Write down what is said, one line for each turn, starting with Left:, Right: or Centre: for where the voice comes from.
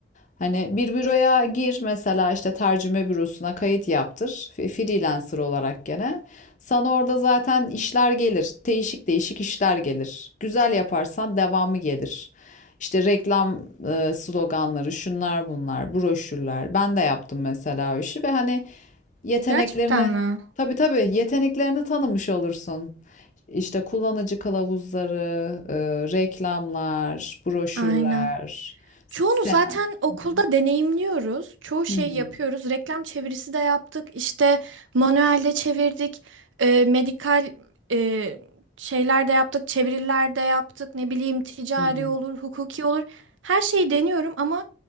Left: Hani bir büroya gir mesela işte tercüme bürosuna kayıt yaptır. F- Freelancer olarak gene. Sana orada zaten işler gelir. Değişik değişik işler gelir. Güzel yaparsan devamı gelir. İşte reklam e, sloganları, şunlar bunlar, broşürler. Ben de yaptım mesela o işi ve hani yeteneklerini,
Right: Gerçekten mi?
Left: tabii tabii yeteneklerini tanımış olursun. İşte kullanıcı kılavuzları, e, reklamlar, broşürler,
Right: Aynen.
Left: senaryo.
Right: Çoğunu zaten okulda
Left: Hı hı.
Right: deneyimliyoruz. Çoğu şey
Left: Hı hı.
Right: yapıyoruz. Reklam çevirisi de yaptık. İşte manuelde çevirdik. E, medikal e, şeyler de yaptık. Çeviriler de yaptık. Ne bileyim ticari
Left: hı hı.
Right: olur, hukuki olur. Her şeyi deniyorum ama